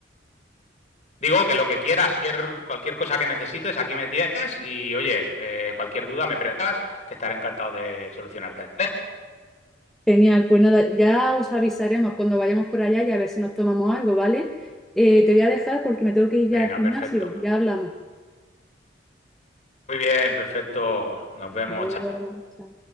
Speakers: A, on the left; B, in the centre.
A: Digo que lo que quieras, cualquier, cualquier cosa que necesites, aquí me tienes y oye, eh, cualquier duda me preguntas, que estaré encantado de solucionarte. ¿vale?
B: Genial, pues nada, ya os avisaremos cuando vayamos por allá y a ver si nos tomamos algo, ¿vale? Eh, te voy a dejar porque me tengo que ir
A: Venga,
B: ya al gimnasio.
A: perfecto.
B: Ya hablamos.
A: Muy bien, perfecto. Nos vemos,
B: Hasta luego.
A: chao.
B: Chao.